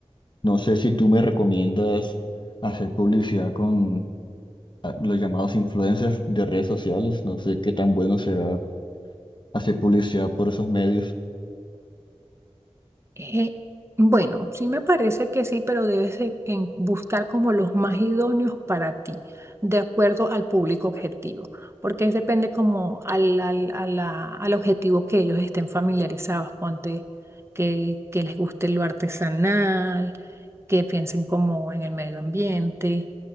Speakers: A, on the left; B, on the right.
A: No sé si tú me recomiendas hacer publicidad con ah, los llamados influencers de redes sociales. No sé qué tan bueno será hacer publicidad por esos medios.
B: Eh, bueno, sí me parece que sí, pero debes de- en buscar como los más idóneos para ti, de acuerdo al público objetivo, porque es depende como al, al, a la- al objetivo que ellos estén familiarizados, ponte que, que les guste lo artesanal, que piensen como en el medio ambiente,